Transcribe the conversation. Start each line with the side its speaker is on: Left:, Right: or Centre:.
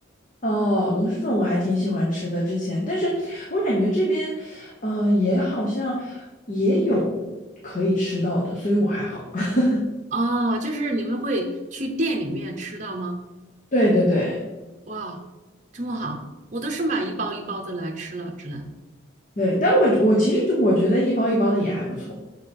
Left: 哦，螺蛳粉我还挺喜欢吃的，之前，但是我感觉这边，呃，也好像也有可以吃到的，所以我还好。<laughs>
Right: 哦，就是你们会去店里面吃到吗？
Left: 对对对
Right: 哇，这么好，我都是买一包一包的来吃了，只能
Left: 对，但我我其实就我觉得一包一包的也还不错。